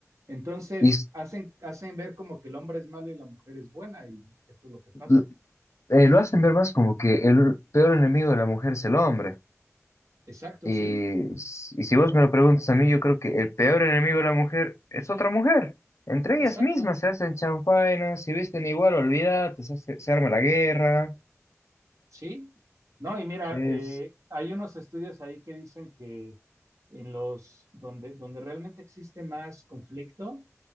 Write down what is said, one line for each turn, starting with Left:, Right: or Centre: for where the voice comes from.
Right: Entonces
Left: Y s-
Right: hacen, hacen ver como que el hombre es malo y la mujer es buena y esto es lo que pasa.
Left: l- eh, lo hacen ver más como que el peor enemigo de la mujer es el hombre.
Right: Exacto,
Left: Y,
Right: sí,
Left: s- y si vos me lo preguntas a mí, yo creo que el peor enemigo de la mujer es otra mujer. Entre
Right: exacto.
Left: ellas mismas se hacen chanfainas, si visten igual, olvídate, se, hace- se arma la guerra.
Right: Sí, no, y mira,
Left: Es...
Right: eh, hay unos estudios ahí que dicen que en los donde, donde realmente existe más conflicto